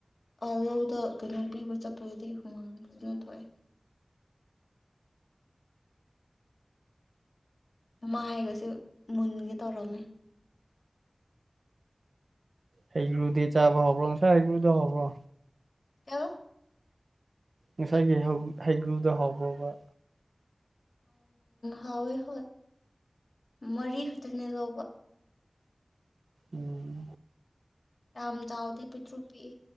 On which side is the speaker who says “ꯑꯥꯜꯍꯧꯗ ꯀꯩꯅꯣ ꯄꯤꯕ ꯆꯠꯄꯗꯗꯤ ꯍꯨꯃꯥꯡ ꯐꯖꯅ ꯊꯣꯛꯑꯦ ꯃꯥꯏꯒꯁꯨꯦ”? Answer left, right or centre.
Left